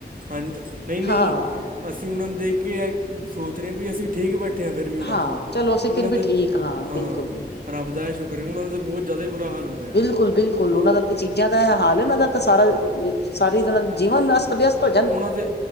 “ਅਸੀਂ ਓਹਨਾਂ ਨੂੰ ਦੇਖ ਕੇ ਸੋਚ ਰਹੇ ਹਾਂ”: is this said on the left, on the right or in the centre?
Right